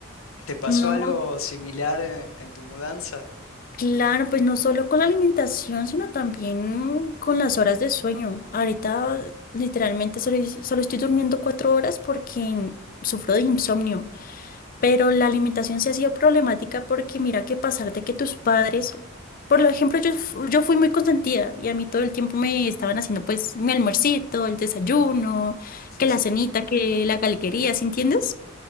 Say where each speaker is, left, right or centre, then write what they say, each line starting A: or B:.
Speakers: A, on the left; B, on the left.
A: ¿te pasó
B: No.
A: algo similar eh, en tu mudanza?
B: Claro, pues no solo con la alimentación, sino también con las horas de sueño. Ahorita literalmente solo, solo estoy durmiendo cuatro horas porque sufro de insomnio, pero la alimentación se ha sido problemática porque mira que pasar de que tus padres, por ejemplo, yo, fu- yo fui muy consentida y a mí todo el tiempo me estaban haciendo pues mi almuercito, el desayuno,
A: <laughs>
B: que la cenita, que la galguería, ¿sí entiendes?